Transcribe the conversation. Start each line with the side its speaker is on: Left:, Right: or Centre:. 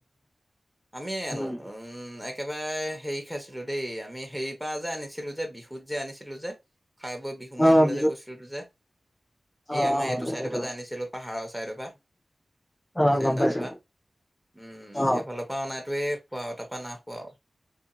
Centre: আমি এল
Left: উম
Centre: উম, একেবাৰে এহ, হেৰি খাইছিলোঁ দেই আমি হেৰ পৰা যে আনিছিলোঁ যে বিহুত যে আনিছিলোঁ যে। খাই বৈ বিহু
Left: অ
Centre: মাৰিবলৈ
Left: বিহুত
Centre: যে গৈছিলোঁ যে। এই
Left: অ
Centre: আমাৰ এইটো চাইড
Left: সেইটো
Centre: পৰা যে আনিছিলোঁ, পাহাৰৰ চাইডৰ পৰা।
Left: অ
Centre: চেন্তাৰটো
Left: গম পাইছো
Centre: পাৰ উম,
Left: অ
Centre: সেইফালৰ পৰা অননাটোৱে খোৱা, তাৰপৰা নাইখোৱা।